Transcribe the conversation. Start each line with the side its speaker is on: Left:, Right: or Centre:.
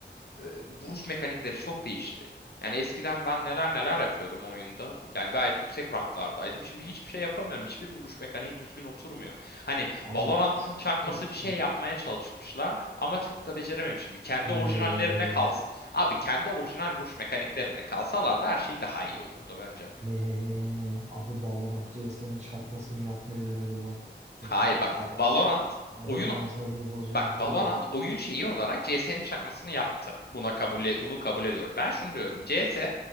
Left: e, vuruş mekanikleri çok değişti. Yani eskiden ben neler neler yapıyordum oyunda. Yani gayet yüksek ranklardaydım. Şimdi hiçbir şey yapamıyorum. Hiçbir vuruş mekaniği düzgün oturmuyor. Hani
Right: Abi
Left: Valorant'ın
Right: çünkü
Left: çakması bir şey
Right: Hı.
Left: yapmaya çalışmışlar ama çok da becerememiş gibi. Kendi
Right: ne
Left: orijinallerine kalsa abi kendi orijinal vuruş mekaniklerinde kalsalardı her şey daha iyi olurdu bence.
Right: ne abi Valorant CS'nin çakmasını yapmayı denedi bak.
Left: Hayır
Right: Bak adamın
Left: bak Valorant
Right: adamın
Left: oyun
Right: asabını bozmayı
Left: Bak
Right: bu.
Left: Valorant oyun şeyi olarak CS'nin çakmasını yaptı. Buna kabul e- bunu kabul ediyorum. Ben şunu diyorum. CS